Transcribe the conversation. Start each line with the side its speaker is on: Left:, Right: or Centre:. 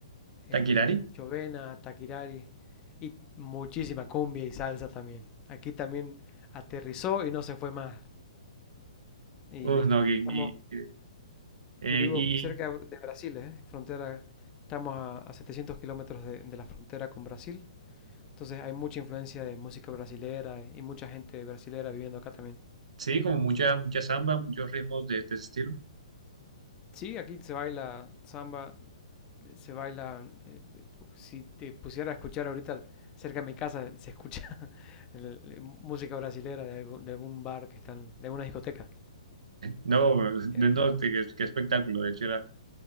Right: Taquirari,
Left: el chovena, taquirari y muchísima cumbia y salsa también. Aquí también aterrizó y no se fue más. Y,
Right: Uf, no, y,
Left: y estamos
Right: y, eh,
Left: Yo vivo
Right: y
Left: cerca de Brasil, ¿eh? Frontera, estamos a, a 700 kilómetros de, de la frontera con Brasil. Entonces hay mucha influencia de música brasilera y mucha gente brasilera viviendo acá también.
Right: sí, como mucha, mucha samba, muchos ritmos de, de ese estilo.
Left: Sí, aquí se baila samba, se baila... eh, si te pusiera a escuchar ahorita cerca de mi casa, se escucha <laughs> el- el- música brasilera de algún, de algún bar que están, de alguna discoteca.
Right: No,
Left: Eh,
Right: no, qué, qué espectáculo. De hecho, era,